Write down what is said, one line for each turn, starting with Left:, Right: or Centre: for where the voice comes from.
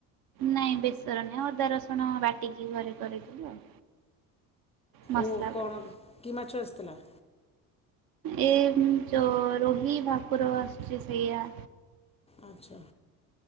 Right: ନାଇଁ ବେସର ନାଇଁ ଅଦା ରସୁଣ ବାଟିକି ଘରେ କରିଥିଲୁ ଆଉ ମସଲା
Left: ଓ
Right: ବାଟି
Left: କଣ କି ମାଛ ଆସିଥିଲା?
Right: ଏ ଜୋ ରୋହି ଭାକୁର ଆସୁଛି ସେଇଆ
Left: ଆଚ୍ଛା।